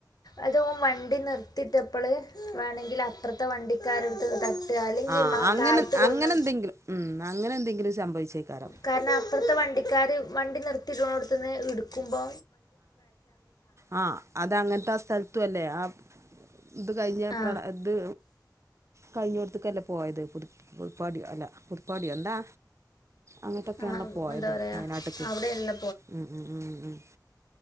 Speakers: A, on the left; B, on the right.
A: അത് ഓൻ വണ്ടി നിർത്തിട്ടപ്പള് വേണെങ്കിൽ അപ്രത്തെ വണ്ടിക്കാരടുത്ത് ത അല്ലെങ്കിൽ
B: ആഹ്
A: മാ
B: അങ്ങനെ
A: താഴ്ത്ത് കൊടുന്ന്
B: അങ്ങനെ എന്തെങ്കിലും ഉം അങ്ങനെ എന്തെങ്കിലും സംഭവിച്ചേക്കാരം
A: കാരണം അപ്പ്റത്തെ വണ്ടിക്കാര് വണ്ടി നിർത്തിയിട്ടോടുത്തുന്ന് എടുക്കുമ്പോ
B: ആഹ് ആത് അങ്ങൻത്തെ സ്ഥലതും അല്ലേ ആഹ് ഇത് കഴിഞ്ഞ
A: ആ
B: പ്ര ഇത് കഴിഞ്ഞോട്ത്തക്കല്ലേ പോയത് പു കുറപ്പാടിയോ അല്ല കുടുപ്പാടിയൊ എന്താ അങ്ങട്ടൊക്കെയാണല്ലോ
A: ആ
B: പോയത്
A: എന്താ പറയുക
B: വയനാട്ട്ക്ക്
A: അവിടെയല്ല
B: ഉം ഉം ഉം